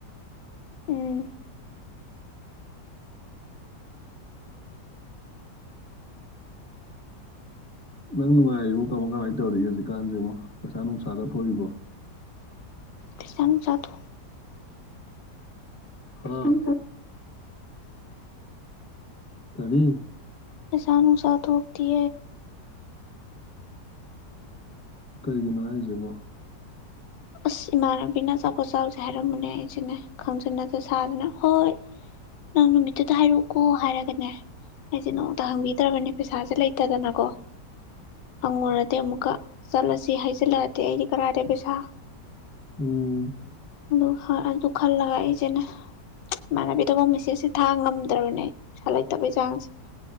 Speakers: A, on the left (about 85°); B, on the left (about 15°).
A: ꯎꯝ
B: ꯅꯪ ꯅꯨꯡꯉꯥꯏꯔꯤꯕ ꯀꯃꯣ ꯀꯃꯥꯏ ꯇꯧꯔꯤꯒꯦ ꯍꯧꯖꯤꯛꯀꯥꯟꯁꯤꯦꯕꯣ ꯄꯩꯁꯥ ꯅꯨꯡꯁꯥꯗ ꯊꯣꯛꯏꯕꯣ
A: ꯑꯗꯨꯁꯅ ꯆꯗ
B: ꯍꯝ ꯀꯔꯤ
A: ꯀꯁꯅꯣꯁ ꯊ ꯊꯣꯛꯒꯗꯤ
B: ꯀꯩꯒꯤꯅꯣ ꯍꯥꯏꯁꯤꯦꯕꯣ
A: ꯑꯁ ꯏꯃꯥꯟꯅꯕꯤꯅꯆꯥꯄꯣ ꯆꯥꯎꯁꯦ ꯍꯥꯏꯔꯝꯃꯅꯦ ꯑꯩꯁꯤꯦꯅꯦ ꯈꯪꯖꯟꯅꯠꯇ ꯁꯥꯗꯅ ꯍꯣꯏ ꯅꯪ ꯅꯨꯃꯤꯠꯇꯨꯗ ꯍꯥꯏꯔꯛꯎꯀꯣ ꯍꯥꯏꯔꯒꯅꯦ ꯑꯩꯁꯦ ꯅꯣꯡꯇ ꯍꯪꯕꯤꯗ꯭ꯔꯕꯅꯦ ꯄꯩꯁꯥꯁꯦ ꯂꯩꯇꯗꯅꯀꯣ ꯍꯪꯉꯨꯔꯗꯤ ꯑꯃꯨꯛꯀ ꯆꯠꯂꯁꯤ ꯍꯥꯏꯖꯤꯜꯂꯛꯑꯗꯤ ꯑꯩꯗꯤ ꯀꯔꯗ ꯄꯩꯁꯥ
B: ꯎꯝ
A: ꯑꯗꯨ ꯑꯗꯨ ꯈꯜꯂꯒꯏꯁꯦꯅꯦ ꯏꯃꯥꯟꯅꯕꯤꯗꯐ ꯃꯦꯆꯦꯁꯦ ꯊꯥꯡ ꯉꯝꯗ꯭ꯔꯕꯅꯦ ꯄꯩꯁꯥ ꯂꯩꯇꯕꯩ ꯆꯥꯡꯁꯦ